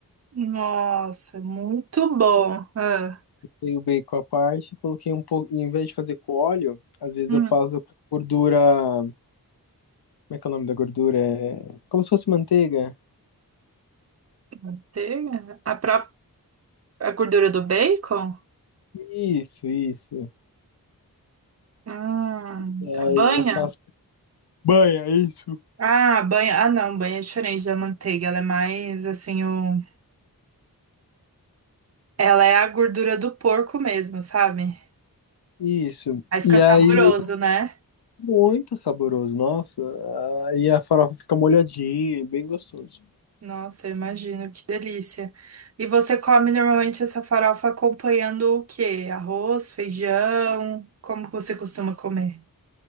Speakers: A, on the right (about 45°); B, on the left (about 85°).
A: Nossa, muito bom. Ah,
B: Dei o bacon à parte, coloquei um pouco. Em vez de fazer com óleo, às vezes
A: hum.
B: eu faço com gordura. Como é que é o nome da gordura? É... Como se fosse manteiga.
A: manteiga? A própria, a gordura do bacon?
B: Isso, isso.
A: Hum,
B: E aí
A: a banha?
B: eu faço. Banha, é isso.
A: Ah, a banha. Ah, não, banha é diferente da manteiga. Ela é mais assim, o... ela é a gordura do porco mesmo, sabe?
B: Isso.
A: Aí fica
B: E aí,
A: saboroso, né?
B: muito saboroso, nossa. Aí a farofa fica molhadinha, é bem gostoso.
A: Nossa, eu imagino, que delícia. E você come normalmente essa farofa acompanhando o quê? Arroz, feijão? Como que você costuma comer?